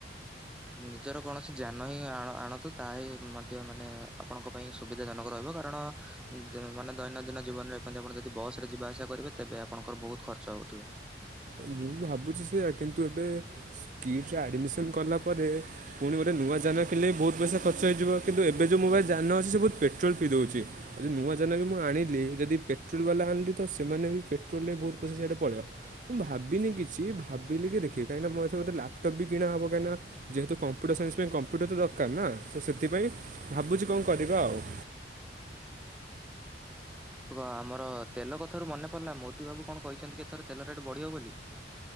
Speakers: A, in the centre; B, on the right (about 45°).
A: ନିଜର କୌଣସି ଯାନ ହିଁ ଆଣ ଆଣନ୍ତୁ ତାହା ହିଁ ମଧ୍ୟ ମାନେ ଆପଣଙ୍କ ପାଇଁ ସୁବିଧା ଜନକ ରହିବ କାରଣ ଦ ମାନେ ଦୈନନ୍ଦିନ ଜୀବନରେ <unintelligible> ଆପଣ ଯଦି ବସ୍ ରେ ଯିବା ଆସିବା କରିବେ ତେବେ ଆପଣଙ୍କର ବହୁତ ଖର୍ଚ୍ଚ ଉଠିବ।
B: ମୁଁ ବି ଭାବୁଛି ସେଆ କିନ୍ତୁ ଏବେ ସ୍କିଟରେ ଆଡ଼ମିସନ୍ କଲା ପରେ ପୁଣି ଗୋଟେ ନୂଆ ଯାନ କିଣିଲେ ବହୁତ ପଇସା ଖର୍ଚ୍ଚ ହେଇଯିବ କିନ୍ତୁ ଏବେ ଯୋଉ ମୋ ପାଖେ ଯାନ ଅଛି ସେ ବହୁତ ପେଟ୍ରୋଲ ପିଇ ଦଉଛି। ଯଦି ନୂଆ ଯାନ ବି ମୁଁ ଆଣିଲି ଯଦି ପେଟ୍ରୋଲ ବାଲା ଆଣିଲି ତ ସେମାନେ ବି ପେଟ୍ରୋଲରେ ବହୁତ ପଇସା ସେଇଡେ ପଳେଇିବ। ମୁଁ ଭାବିନି କିଛି ଭାବିଲି କି ଦେଖିବି କାହିଁକିନା ମୋର ଏଥରକ ଗୋଟେ ଲ୍ୟାପଟପ୍ ବି କିଣା ହବ କାହିଁକିନା ଯେହେତୁ କମ୍ପୁଟର ସାଇନ୍ସ ପାଇଁ କମ୍ପ୍ୟୁଟର ତ ଦରକାର ନା ତ ସେଥିପାଇଁ ଭାବୁଛି କଣ କରିବା ଆଉ।
A: ତୁ କ ଆମର ତେଲ କଥାରୁ ମନେ ପଡିଲା ମୋଦି ବାବୁ କଣ କହିଛନ୍ତି କି ଏଥର ତେଲ ରେଟ୍ ବଢିବ ବୋଲି?